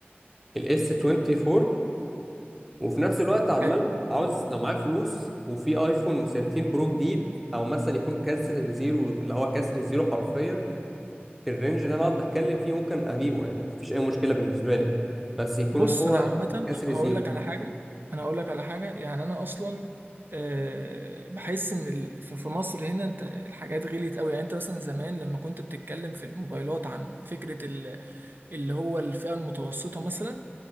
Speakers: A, in the centre; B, on the right.
A: الاس 24 وفي نفس الوقت عمال
B: حلو
A: عاوز لو معايا فلوس وفي ايفون 13 برو جديد او مثلا يكون كسر زيرو اللي هو كسر زيرو حرفيا في الرينج اللي انا اقعد بتكلم فيه ممكن اجيبه يعني ما فيش اي مشكله بالنسبه لي بس يكون
B: بص
A: اللي هو
B: انا عامه
A: كسر
B: هقول
A: زيرو
B: لك على حاجه انا هقول لك على حاجه يعني انا اصلا آه، بحس ان ال- في في مصر هنا انت الحاجات غليت قوي يعني انت مثلا زمان لما كنت بتتكلم في الموبايلات عن فكره اللي هو الفئة المتوسطة مثلا